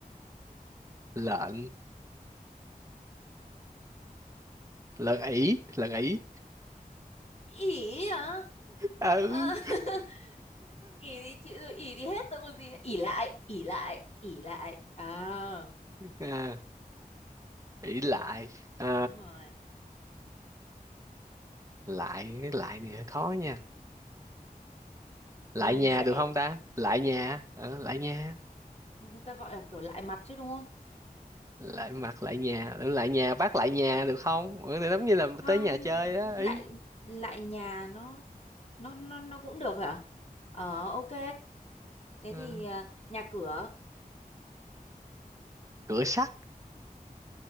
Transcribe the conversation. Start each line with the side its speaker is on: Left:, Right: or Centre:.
Right: lợn lợn ỉ lợn ỉ
Left: ỉ hả
Right: ừ
Left: Ờ, <laughs> ỉ thì chịu rồi ỉ thì hết tôi còn gì nữa. ỉ lại ỉ lại ỉ lại à
Right: <laughs> à, ỉ lại à,
Left: đúng rồi
Right: lại cái lại này hơi khó nha lại
Left: nghe
Right: nhà
Left: dễ
Right: được không ta lại nhà Ờ, lại nhà
Left: người ta gọi là kiểu lại mặt chứ đúng không
Right: lại mặt lại nhà lại nhà bác lại nhà được không ừ, thì giống như là
Left: không
Right: tới nhà chơi đó
Left: lại
Right: ý
Left: lại nhà nó nó nó nó cũng được hả ờ ok thế
Right: ừ.
Left: thì à, nhà cửa
Right: cửa sắt